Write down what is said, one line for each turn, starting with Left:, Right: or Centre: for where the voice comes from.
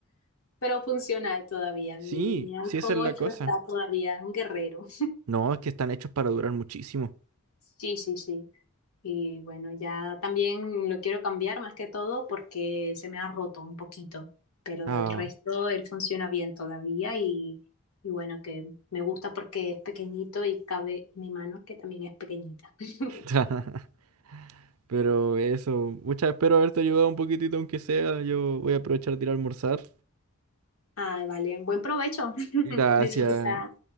Left: pero funcional todavía.
Right: Sí,
Left: Mi, mi iPhone
Right: sí, esa es
Left: ocho
Right: la cosa.
Left: está todavía un guerrero.
Right: No, es que están hechos para durar muchísimo.
Left: Sí, sí, sí. Y bueno, ya también lo quiero cambiar más que todo porque se me ha roto un poquito, pero
Right: Ah.
Left: del resto él funciona bien todavía y, y bueno, que me gusta porque es pequeñito y cabe en mi mano que también es pequeñita. <laughs>
Right: <laughs> Pero eso, muchas espero haberte ayudado un poquitito, aunque sea. Yo voy a aprovechar de ir a almorzar.
Left: Ah, vale, buen provecho. <laughs>
Right: Gracias.
Left: Disfruta.